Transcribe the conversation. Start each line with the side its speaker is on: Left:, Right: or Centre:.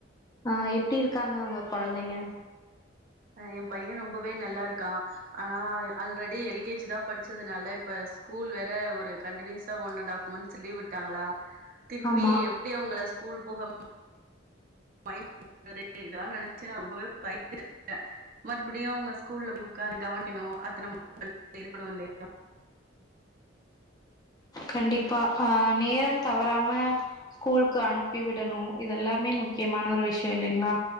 Left: ஆ எப்டி இருக்காங்க உங்க கொழந்தைங்க
Right: அ எ பைய ரொம்பவே நல்லாருக்கா ஆனா அ ஆல்ரெடி எல் கே ஜி தா படிச்சதுனால இப்ப ஸ் கூல் வேற ஒரு கண்டிநியூஸ் ட one and half months leave விட்டாங்களா திர்பீ
Left: ஆமா
Right: எப்டி அவுங்கள ஸ்கூல் போகம் <inaudible> இதலா நெனச்சு நா ரொம்பவே பயந் <inaudible> க மறுபடியு அவுங்க ஸ்கூல்ல போய் உக்காந்து கவுனிக்கணோ அத்து நம் <inaudible> இருக்கணோ இல்லேயா
Left: கண்டிப்பா அ நேரம் தவறாம ஸ்கூலுக்கு அனுப்பி விடணோ இதெல்லாமே முக்கியமான ஒரு விஷ்யு இல்லேங்ளா